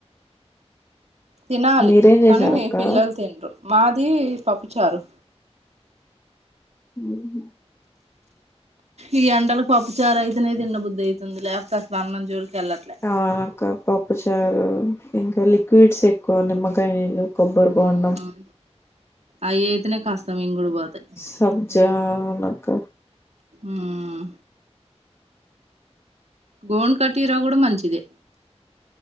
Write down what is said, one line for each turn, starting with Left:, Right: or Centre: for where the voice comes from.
Right: తినాలి
Left: మీరేం చేసారక్క
Right: కాని పిల్లలు తిన్రు మాది పప్పుచారు
Left: ఉహు
Right: ఈ ఎండలకు పప్పుచారు అయితేనే దిన్నబుద్ది అయితుంది లేకపోతే అసలు అన్నం జోలికి వెళ్ళట్లే
Left: అవును అక్క పప్పుచారు ఇంకా లిక్విడ్స్ ఎక్కువ నిమ్మకాయ నీళ్ళు కొబ్బరి
Right: ఉమ్
Left: బొండం
Right: అయి అయితేనే కాస్తా మింగుడు పోతయి
Left: సబ్జా
Right: ఉమ్
Left: అవునక్క
Right: ఉమ్ గోన్ కటిర కూడా మంచిదే